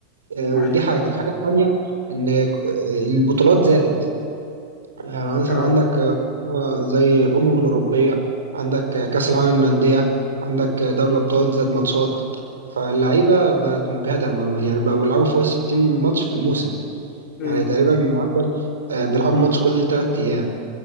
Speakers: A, on the right; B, on the left.
A: آه،
B: ايوه
A: ودي حاجه
B: فاهم
A: الحاجه الثانيه ان آه، البطولات زادت يعني مثلا
B: اه
A: عندك آه، زي الأمم الأوروبية عندك آه، كأس العالم للأندية عندك آه، دوري الأبطال زاد ماتشات فاللعيبة بقت مجهدة ما- يعني بقوا بيلعبوا فوق الستين ماتش في الموسم
B: امم
A: يعني تقريبا معدل آه، بيلعبوا ماتش كل تلات أيام